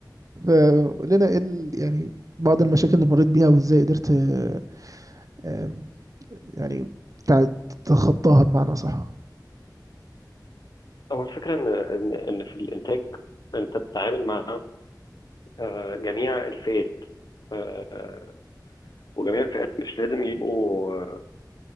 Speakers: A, on the right; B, on the left.
A: فقلنا ايه ال- يعني بعض المشاكل اللي مريت بيها وازاي قدرت آه، آم، يعني تع- تتخطاها بمعنى صح
B: هو الفكرة إن إن إن في الإنتاج أنت بتتعامل مع آه، جميع الفئات آه، آه، وجميع الفئات مش لازم يبقوا آه،